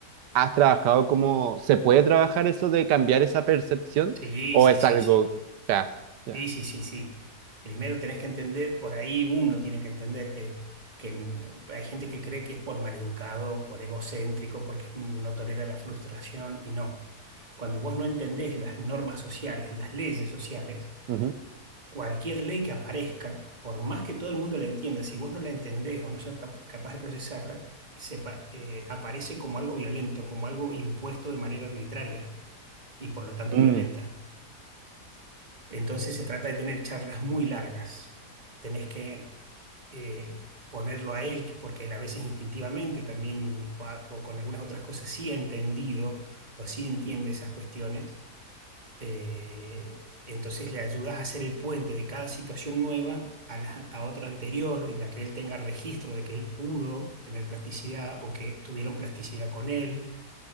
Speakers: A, on the right (about 85°); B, on the right (about 25°).
A: ¿Has trabajado como... ¿Se puede trabajar eso de cambiar esa percepción?
B: Sí,
A: ¿O
B: sí,
A: es
B: sí,
A: algo...
B: sí.
A: Ya. ya.
B: Sí, sí, sí, sí. Primero tenés que entender, por ahí uno tiene que entender que, que n- hay gente que cree que es por maleducado, por egocéntrico, porque no tolera la frustración y no. Cuando vos no entendés las normas sociales, las leyes sociales,
A: Ujú.
B: cualquier ley que aparezca, por más que todo el mundo la entienda, si vos no la entendés o no sos cap- capaz de procesarla, se pa- eh, aparece como algo violento, como algo impuesto de manera arbitraria. y por lo tanto
A: Mm,
B: violenta. Entonces se trata de tener charlas muy largas. Tenés que eh, ponerlo a él, porque él a veces instintivamente también, o, a- o con algunas otras cosas, sí ha entendido o sí entiende esas cuestiones. Eh, entonces le ayudas a hacer el puente de cada situación nueva a, la- a otra anterior, en la que él tenga registro de que él pudo tener plasticidad o que tuvieron plasticidad con él